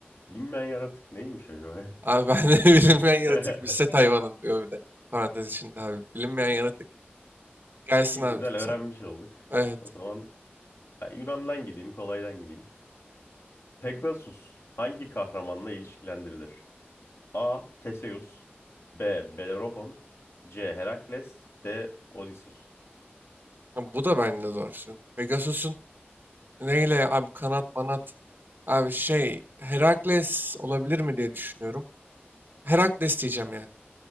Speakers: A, on the left (about 80°); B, on the right (about 50°).
A: Bilinmeyen yaratık neymiş acaba? ya?
B: Abi ben de <laughs> bilinmeyen yaratık
A: <laughs>
B: bir set hayvanın diyor bir de parantez içinde abi. Bilinmeyen yaratık gelsin
A: İyi
B: abi
A: güzel öğrenmiş
B: sana.
A: olduk.
B: Evet.
A: O zaman Ben Yunan'dan gideyim, kolaydan gideyim. Pegasus hangi kahramanla ilişkilendirilir? A. Theseus B. Bellerophon C. Herakles D. Odysseus
B: Ha, Bu da bende zor şimdi. Pegasus'un neyle abi kanat manat abi şey Herakles olabilir mi diye düşünüyorum. Herakles diyeceğim yani.